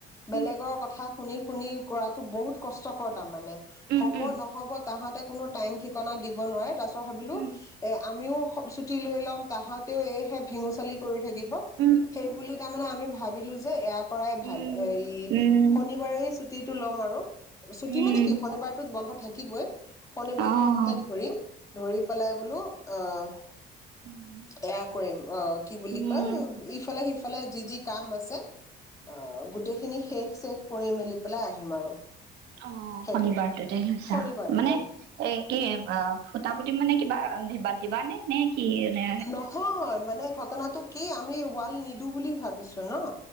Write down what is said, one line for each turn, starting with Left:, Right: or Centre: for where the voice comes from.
Left: বেলেগৰ
Right: উম
Left: কথা শুনি শুনি কৰাটো বহুত কষ্টকৰ তাৰমানে।
Right: উম
Left: হ'ব,
Right: উম
Left: নহ'ব তাহাতে কোনো টাইম ঠিকনা দিব নোৱাৰে তাৰপিছত ভাবিলো
Right: উম
Left: এ আমিও চুটি লৈ ল'ম তাহাঁতেও এইহে ভেঙু চালি কৰি থাকিব
Right: উম
Left: সেই বুলি তে আমি ভাবিলো এয়াত কৰাই ভাল,
Right: উম
Left: এই
Right: উম উম
Left: শনিবাৰে ছুটিটো লম আৰু। ছুটি
Right: উম।
Left: মানে কি শনিবাৰটোত বন্ধ থাকিবই, শনিবাৰ
Right: অ',
Left: দিনটোত ধৰিম ধৰি পেলাই বোলো অহ,
Right: উম।
Left: এয়া কৰিম অ'। কি বুলি
Right: উম,
Left: কয়, ইফালে সিফালে যি যি কাম আছে। অ', গোটেইখিনি শেষ চেছ কৰি মেলি পেলাই আহিম আৰু।
Right: অ',
Left: সেইটোৱে
Right: শনিবাৰটোতে লৈছা
Left: শনিবাৰটোতে
Right: মানে এ কি অ', খুঁটা পুটিম মানে কিবা পাতিবা নে নে কি এনে
Left: নহয় মানে ঘটনাটো কি আমি ওৱাল নিদো বুলি ভাবিছো ন'